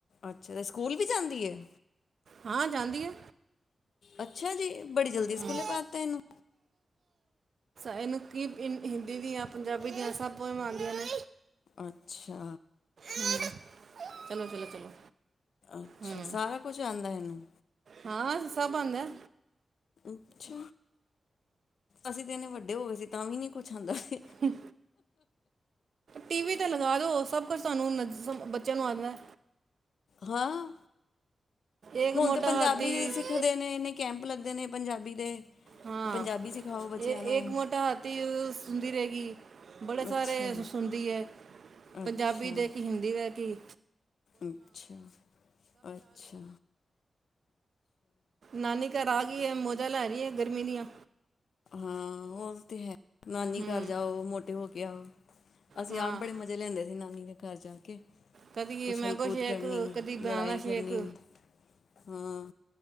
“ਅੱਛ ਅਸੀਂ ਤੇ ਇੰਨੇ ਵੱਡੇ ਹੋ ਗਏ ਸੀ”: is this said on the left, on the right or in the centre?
Left